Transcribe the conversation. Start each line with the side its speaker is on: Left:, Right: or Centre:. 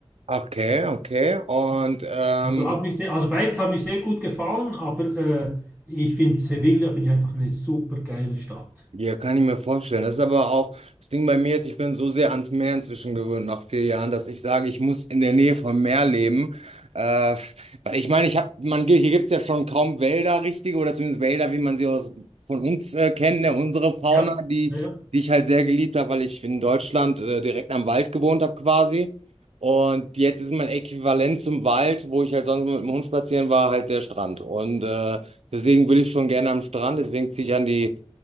Right: Okay, okay. Und ähm,
Centre: Also hat mich sehr, also beides hat mir sehr gut gefallen, aber äh, ich finde Sevilla finde ich einfach eine super geile Stadt.
Right: Ja, kann ich mir vorstellen. Das ist aber auch, das Ding bei mir ist, ich bin so sehr ans Meer inzwischen gewöhnt nach vier Jahren, dass ich sage, ich muss in der Nähe vom Meer leben. Äh, weil ich meine, ich habe, man, ge- hier gibt's ja schon kaum Wälder, richtige, oder zumindest Wälder, wie man sie aus, von uns äh, kennt, ne? Unsere Fauna,
Centre: Ja,
Right: die,
Centre: ja, ja.
Right: die ich halt sehr geliebt habe, weil ich in Deutschland äh, direkt am Wald gewohnt habe quasi. Und jetzt ist mein Äquivalent zum Wald, wo ich halt sonst mit dem Hund spazieren war, halt der Strand. Und äh, deswegen will ich schon gerne am Strand, deswegen ziehe ich an die